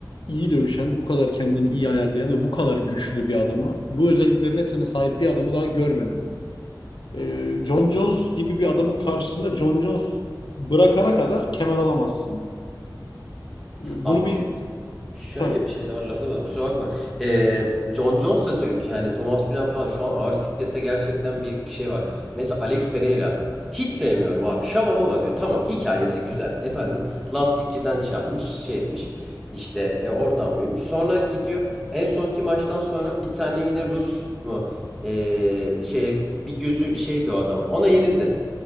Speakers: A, on the left (about 85°); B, in the centre.
A: iyi dövüşen, bu kadar kendini iyi ayarlayan ve bu kadar güçlü bir adama, bu özelliklerin hepsine sahip bir adamı daha görmedim. Ee, John Jones gibi bir adamın karşısında Jon Jones bırakana kadar kemer alamazsın. Ee,
B: abi
A: Bunu bir
B: Şöyle
A: tabii.
B: bir şey de var lafını böldüm kusura bakma. Ee, John Jones da diyor ki yani Thomas Pina falan şu an ağır siklette gerçekten bir şey var. Mesela Alex Pereira hiç sevmiyorum abi şamam ama diyor tamam hikayesi güzel. Efendim lastikçiden şey yapmış şey etmiş işte e, oradan büyümüş. Sonra gidiyor en sonki maçtan sonra bir tane yine Rus mu ee, şey bir gözü şeydi o adam ona yenildi.